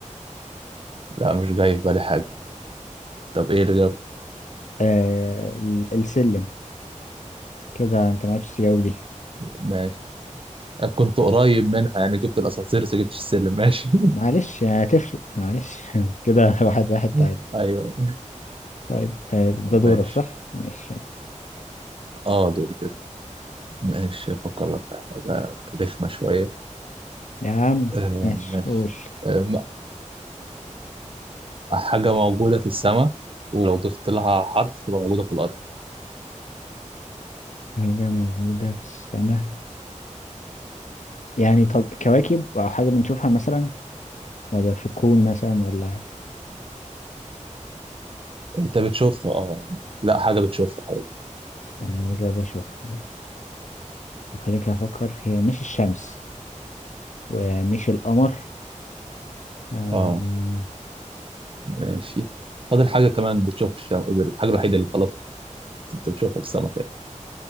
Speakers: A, on the right; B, on the left.
A: لا مش جاي في بالي حاجة طب ايه اللي جاب
B: آه ال- السلم كده انت ما عرفتش تجاوب دي
A: ماشي كنت قريب منها يعني جبت الاسانسير بس جبتش السلم ماشي
B: معلش هتفرق معلش <laughs> كده واحد واحد
A: <laughs>
B: تعادل
A: ايوه
B: طيب آه ده دورك
A: ماشي
B: صح ماشي يلا.
A: اه دول كده ماشي افكر لك في حاجه رخمه شويه
B: يا عم
A: آه
B: ماشي
A: ماشي
B: قول
A: آه م- حاجه موجوده في السماء ولو ضفت لها حرف تبقى موجوده في الارض
B: حاجة موجودة في السماء يعني طب كواكب أو حاجة بنشوفها مثلا ولا في الكون مثلا ولا
A: انت بتشوفها اه يعني. لا حاجه بتشوفها حاجة.
B: يعني إجابة أشوفها خليك أفكر هي مش الشمس ومش القمر آم،
A: اه ماشي فاضل حاجه كمان بتشوف في الشم... الحاجه الوحيده اللي خلاص انت بتشوفها في السماء تاني